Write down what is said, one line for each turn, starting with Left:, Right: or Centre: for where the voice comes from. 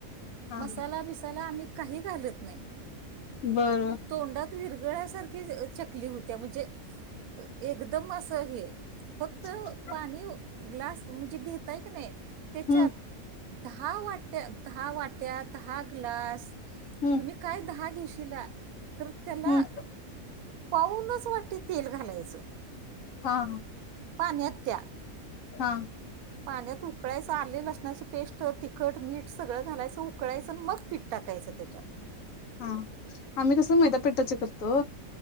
Left: हा
Right: मसाला बिसाला आम्ही काही घालत नाय.
Left: बरं.
Right: तोंडात विरगळ्यासारखी चकली होत्या म्हणजे एकदम अस आहे फक्त
Left: <unintelligible>
Right: पाणी ग्लास म्हणजे घेताय की नाय त्याच्यात
Left: हम्म
Right: दहा वाट्या दहा वाट्या दहा ग्लास
Left: हम्म
Right: तुम्ही काय दहा घेशिला तर त्याला
Left: हम्म
Right: पावूनच वाटी तेल घालायचं.
Left: हा हा.
Right: पाण्यात त्या.
Left: हा.
Right: पाण्यात उकळायचं आले लसणाची पेस्ट तिखट मीठ सगळं घालायचं उकळायचं मग पिठ टाकायचं त्याच्यात.
Left: हा आम्ही कसं मैदा पिठाचं करतो.